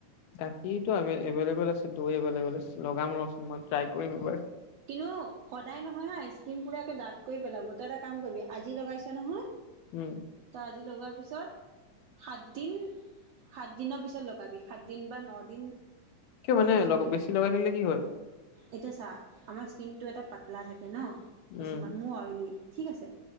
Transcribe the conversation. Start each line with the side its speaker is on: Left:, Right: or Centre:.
Left: গাখীৰতটো এভেইলেবল আছে দৈ এভেইলেবল আছে লগাম ৰচোন মই ট্ৰাই কৰিম এবাৰ।
Right: কিন্তু সদায় নহয় হা স্কিন পোৰা একে ডাঁত, কৰি পেলাব তই এটা কাম কৰিবি আজি লগাইছ নহয়
Left: উম
Right: তই আজি লগোৱাৰ পিছত। সাতদিন সাতদিনৰ পিছত লগাবি সাতদিন বা ন দিন।
Left: কিয়
Right: দহ
Left: মানে
Right: দিন
Left: লগ
Right: এনেকে
Left: বেছি লগাই থাকিলে কি হয়
Right: এতিয়া চা আমাৰ স্কিনটো এটা প পাতলা থাকে ন কিছুমান
Left: উম
Right: মোৰ অইলী ঠিক আছে